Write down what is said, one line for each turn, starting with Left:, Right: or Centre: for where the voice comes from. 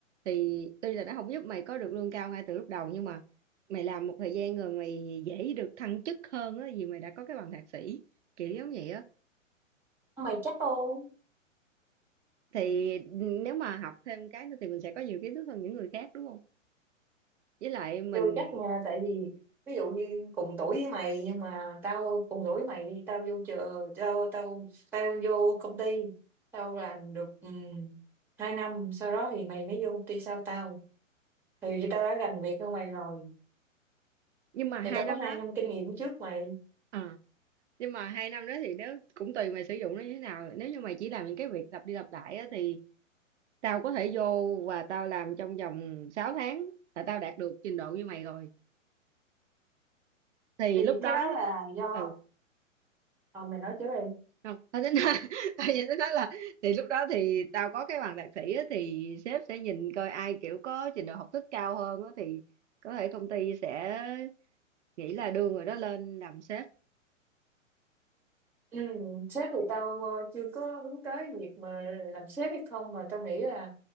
Right: thì tuy là nó không giúp mày có được lương cao ngay từ lúc đầu nhưng mà mày làm một thời gian rồi mày dễ được thăng chức hơn á, vì mày đã có cái bằng thạc sĩ, kiểu giống vậy á.
Centre: mày chắc không
Right: Thì, nếu mà học thêm cái nữa thì mình sẽ có nhiều kiến thức hơn những người khác, đúng không Với lại mình
Centre: Chưa chắc nha, tại vì ví dụ như cùng tuổi với mày nhưng mà tao cùng tuổi với mày đi, tao vô trường, tao tao tao vô công ty, tao làm được um, 2 năm, sau đó thì mày mới vô công ty sau tao. Thì tao đã gành việc hơn mày rồi.
Right: nhưng mà 2
Centre: Thì tao có
Right: năm
Centre: 2
Right: đó
Centre: năm kinh nghiệm trước mày.
Right: ờ, nhưng mà hai năm đó thì nếu cũng tùy mày sử dụng nó như thế nào, nếu như mày chỉ làm những cái việc lặp đi lặp lại á thì tao có thể vô và tao làm trong vòng 6 tháng là tao đạt được trình độ như mày rồi thì
Centre: Thì
Right: lúc đó
Centre: cái đó là do
Right: ừ
Centre: ờ mày nói trước đi.
Right: không tao tính nói, <laughs> tao chỉ tính nói là thì lúc đó thì tao có cái bằng thạc sĩ á, thì sếp sẽ nhìn coi ai kiểu có trình độ học thức cao hơn á, thì có thể công ty sẽ nghĩ là đưa người đó lên làm sếp
Centre: Ừ, sếp thì tao ờ, chưa có hướng tới việc mà làm sếp hay không mà tao nghĩ là